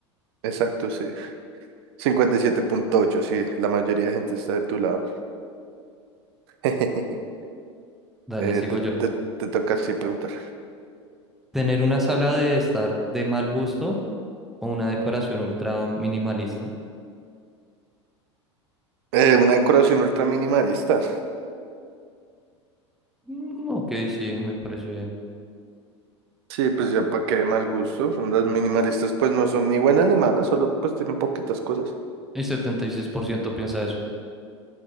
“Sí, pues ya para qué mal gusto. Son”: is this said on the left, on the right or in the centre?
Right